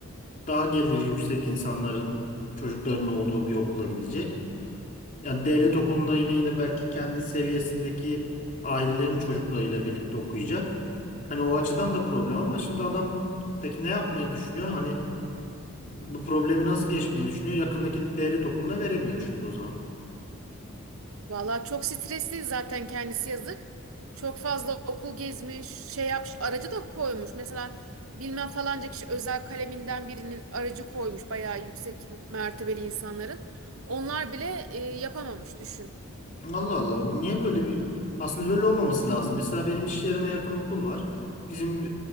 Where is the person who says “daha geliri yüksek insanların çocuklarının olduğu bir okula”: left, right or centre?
Left